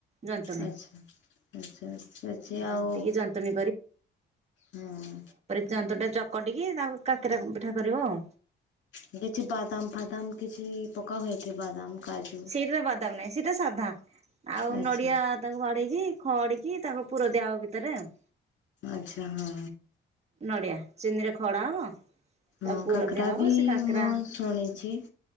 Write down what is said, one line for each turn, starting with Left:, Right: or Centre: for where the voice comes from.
Right: ଜନ୍ତୁଣି
Left: ଆଛା ଆଚଛା ସେଛି
Right: ଘାଣ୍ଟିକି
Left: ଆଉ।
Right: ଜନ୍ତୁଣୀ
Left: ହଁ।
Right: ଯନ୍ତୁ ଟା ଚକଟିକି ତାଙ୍କୁ କାକିରା ପିଠା କରିବ ଆଉ।
Left: କିଛି ବଦାମ ଫଦାମ କିଛି ପୋକା ହୁଏକି ବଦାମ, କାଜୁ।
Right: ସେଟା ବାଦାମ ନହିଁ ସେଇଟା ସାଧା। ଆଉ
Left: ଆଚ୍ଛା।
Right: ନଡିଆ ତାକୁ ସଧେଇକି ଡେଇକି ଖଆଡିକି ତାକୁ ପୁର ଦିଆ ହ ଭିତରେ ଆଉ।
Left: ଆଚ୍ଛା ହଁ।
Right: ନଡିଆ ଚିନି ରେ ଖଡା ହବ। ତାକୁ
Left: ହଁ
Right: ପୁର
Left: କାକରା
Right: ଦିଆହବ
Left: ବି
Right: ସେ କାକେରା
Left: ମୁଁ ଶୁଣିଛି